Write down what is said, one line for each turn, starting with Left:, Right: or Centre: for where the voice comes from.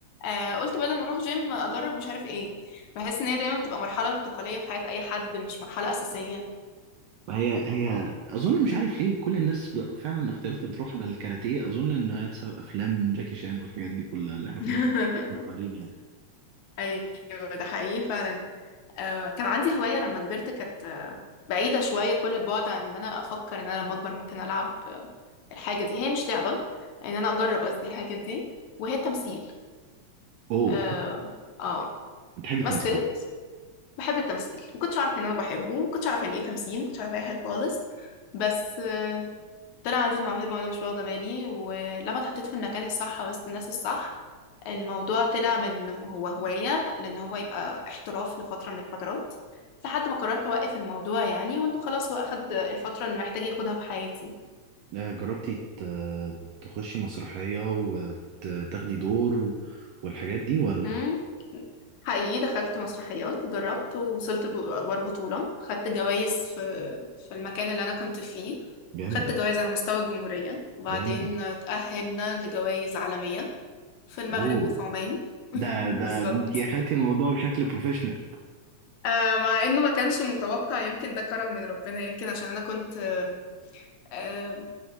Left: آه قلت بدل ما اروح جيم اجرب مش عارف ايه بحس ان هي دايما بتبقى مرحله انتقاليه في حياه اي حد مش مرحله اساسيه
Right: هي هي أظن مش عارف ليه كل الناس ب- فعلا اختياراتها بتروح على الكاراتيه أظن إن هي بسبب أفلام جاكي شان والحاجات دي كلها اللي إحنا
Left: <laughs>
Right: كنا صغيرين يعني
Left: ايوه ده حقيقي فعلا آه كان عندي هوايه لما كبرت كانت آه، بعيده شويه كل البعد عن ان انا افكر ان انا لما اكبر ممكن العب الحاجة دي هي مش لعبة ان انا اجرب قصدي الحاجة دي وهي تمثيل
Right: أوه
Left: اه اه
Right: بتحبي التمثيل
Left: مثل بحب التمثيل ما كنتش اعرف ان انا بحبه ما كنتش اعرف يعني ايه تمثيل ما كنتش اعرف اي حاجة خالص بس آه، طلع عندي الموهبة وانا مش واخدة بالي ولما اتحطيت في المكان الصح وسط الناس الصح الموضوع طلع من هو هواية لان هو يبقى احتراف لفترة من الفترات لحد ما قررت اوقف الموضوع يعني وانه خلاص هو اخد الفترة اللي محتاج ياخدها في حياتي
Right: آه، جربتي ت- تخشي مسرحية وتاخدي دور و- والحاجات دي ولا
Left: امم حقيقي دخلت مسرحيات جربت ووصلت لب- لأدوار بطولة خدت جوائز في في المكان اللي أنا كنت فيه
Right: جامد
Left: خدت جوائز على مستوى الجمهورية وبعدين
Right: جامد
Left: تأهلنا لجوائز عالمية في المغرب
Right: اوه
Left: وفي عمان <laughs>
Right: ده ده
Left: بالظبط
Right: انت اخدتي الموضوع بشكل بروفيشنال
Left: آه مع إنه ما كانش متوقع يمكن ده كرم من ربنا يمكن عشان أنا كنت آه آه،